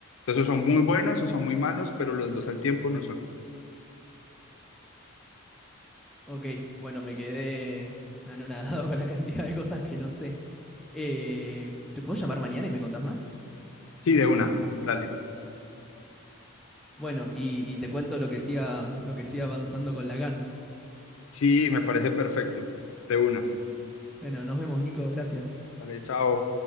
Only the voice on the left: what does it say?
Entonces, o son muy buenos o son muy malos, pero los dos al tiempo no son.
Sí,
de una,
dale.
Sí, me parece perfecto. De una.
Dale, chao.